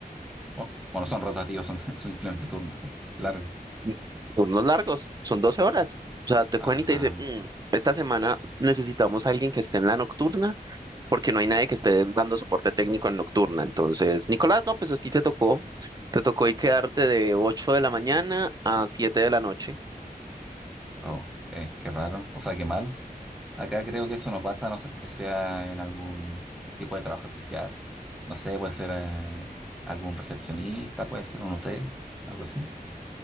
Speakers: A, in the centre; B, on the right.
A: O, o no son rotativos, son, <laughs> son simplemente turnos largos.
B: Mm. Turnos largos, son 12 horas. O sea, te
A: Ajá.
B: cogen y te dicen, "Mm, esta semana necesitamos a alguien que esté en la nocturna porque no hay nadie que esté dando soporte técnico en nocturna. Entonces, Nicolás, no, pues a ti te tocó. Te tocó y quedarte de 8 de la mañana a 7 de la noche.
A: Oh, es que raro. O sea, qué malo. Acá creo que eso no pasa a no ser que sea en algún tipo de trabajo especial. No sé, puede ser eh, algún recepcionista, puede ser un hotel, algo así.